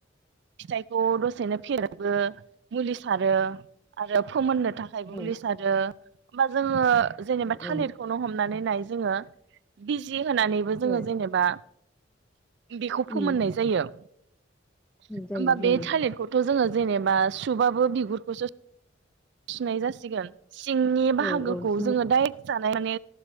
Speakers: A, on the right; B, in the centre.
A: फिथाइखौ दसेनो फेरो बो मुलि सारो। आरो फोमोननो थाखाय बो
B: औ
A: मुलि सारो। ओमबा जोङो जेनेबा
B: औ
A: थालिरखौनो हमनानै नाय। जोङो बिजि जि होनानैबो जोङो
B: औ
A: जेनेबा बेखौ
B: उम
A: फोमोननाय जायो।
B: उम
A: होमबा
B: जायो जायो
A: बे थालिरखौथ' जोङो जेनेबा सुबाबो बिगुरखौसो फिनाय जासिगोन सिंनि बाहागोखौ
B: औ औ सिङाव
A: जोंङो डाइरेक्ट जानानै